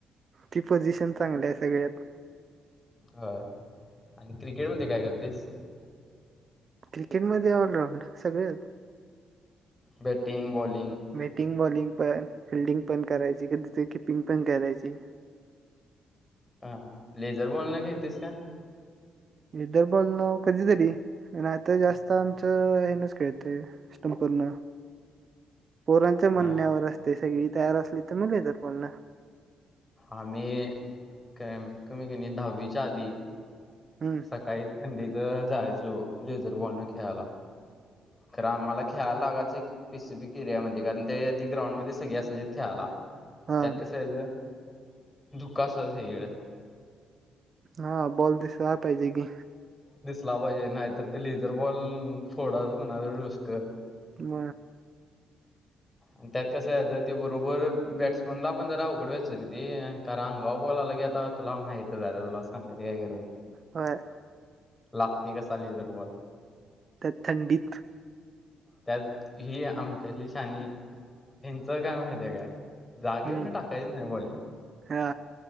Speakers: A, on the right; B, on the left.
A: ती पोझिशन चांगलं आहे सगळ्यात.
B: ह आणि क्रिकेट मध्ये काय करतेस?
A: क्रिकेट म ऑलराऊंड सगळे.
B: Batting bowling
A: batting bowling. पण फिल्डिंग पण करायची कधी किपिंग पण करायची.
B: हा लेझर बोलण घेेतेस का?
A: लेदर बॉल न कधीतरी अन् आता जास्त आमचं हे नच खेळतते स्टंपर न. पोरांच्या म्हणण्यावर
B: हा हा.
A: असते सगळी तयार असली तर मग हे तर मग लेदर बॉल न.
B: आ्ही काय कमी क दहावीच्या आधी
A: हम्म.
B: सकाळी थंडीच जायचो लेझर बॉल न खेळायला. खरं आम्हाला खेळायला लागाचं एक पिसिफिक एरिया मध्ये कारण ते आधी ग्राउंडमध्ये सगळी असायची खेळायला.
A: हा.
B: त्यात कसं याचं धुक असाच इकडे.
A: हा बॉल दिसला पाहिजे की.
B: ला पाहिजे नाहीतर ते लेझर बॉल फोडाच कुणाच डोस्क
A: म
B: ह त्यात कसं आहे ज ते बरोबर बॅट्समनला पण जरा उघड वचं तरी ते कारण अंगा बॉल आला की आता तुला माहती आहे तुला सांग क काय गर
A: होय.
B: लागते कसा लेझर बॉल?
A: त्या थंडीत
B: त्यात ही आमच्याली शानी ह्यांच काय माहिती काय? जागेवर
A: हम्म.
B: नाही टाकायची नाही बॉली
A: हा.